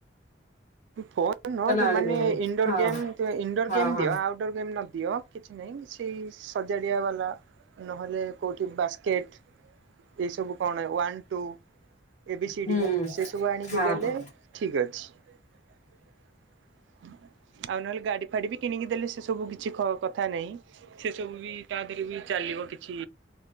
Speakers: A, on the right (about 75°); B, on the left (about 40°).
A: ଫୋନ
B: ଆଣି
A: ମାନେ
B: ଦେଇପାରିବ
A: ଇଣ୍ଡୋର
B: ହଁ
A: ଗେମ୍ ଇଣ୍ଡୋର
B: ହଁ
A: ଗେମ୍
B: ହଁ
A: ଦିଅ ଆଉଟଡୋର ଗେମ୍ ନ ଦିଅ କିଛି ନାହିଁ। ସେଇ ସଜାଡିଆ ବାଲା ନହେଲେ କେଉଁଠି ବାସ୍କେଟ୍। ଏଇସବୁ କଣ one two. A B C
B: ହୁଁ।
A: D ସେ ସବୁ ଆଣିକି
B: ହଁ
A: ଦେଲେ ଠିକ୍ ଅଛି। <inaudible> ଆଉ ନହେଲେ ଗାଡି ଫାଡି ବି କିଣିକି ଦେଲେ ସେ ସବୁ କିଛି କିଛି କଥା ନାହିଁ ସେସବୁ ବି ତା ଦେହରେ ବି ଚାଲିବ କିଛି